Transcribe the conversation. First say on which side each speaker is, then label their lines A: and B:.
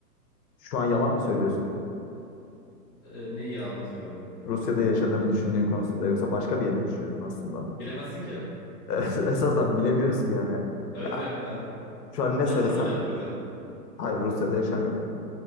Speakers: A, on the left (about 70°); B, on the left (about 15°).
A: şu an yalan mı söylüyorsun?
B: E, neyi yalan söylüyorum?
A: Rusya'da yaşadığımı düşündüğün konusunda yoksa başka bir yeri mi düşünüyordun aslında?
B: Bilemezsin ki.
A: <laughs> Esasen bilemiyoruz ki yani.
B: Evet
A: Ya
B: yani. e,
A: şu an ne
B: Sen
A: söylesem
B: sorma cevap ver o yüzden.
A: hayır Rusya'da yaşamıyorum.